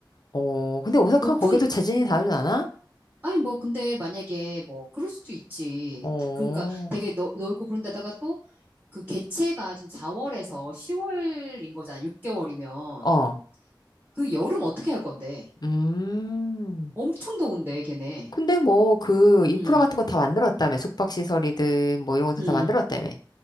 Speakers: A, on the left; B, on the right.
A: 어, 근데 오사카
B: 높은,
A: 거기도 재진이 다르지 않아?
B: 아니, 뭐, 근데 만약에 뭐, 그럴 수도 있지.
A: 어,
B: 그러니까 되게 넓, 넓고 그런 데다가 또 그 개체가 지금 4월에서 10월인 거잖아. 6개월이면.
A: 어,
B: 그 여름 어떻게 할 건데?
A: 음.
B: 엄청 더운데, 걔네.
A: 근데 뭐 그 인프라
B: 음,
A: 같은 거 다 만들었다며. 숙박시설이든 뭐 이런 것도
B: 음.
A: 다 만들었다며.